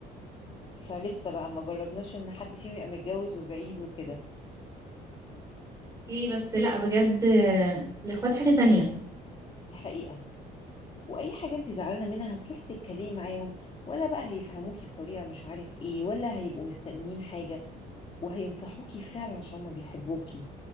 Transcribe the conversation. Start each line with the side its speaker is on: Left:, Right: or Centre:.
Left: فلسه بقى ما جربناش ان حد فيهم يبقى متجوز وبعيد وكده
Right: اوكي بس لا بجد آه، الاخوات حاجة تانية
Left: دي حقيقة واي حاجه انت زعلانه منها هتروحي تتكلمي معاهم ولا بقى هيفهموكي بطريقه مش عارف ايه ولا هيبقوا مستنيين حاجه وهينصحوكي فعلا عشان هما بيحبوكي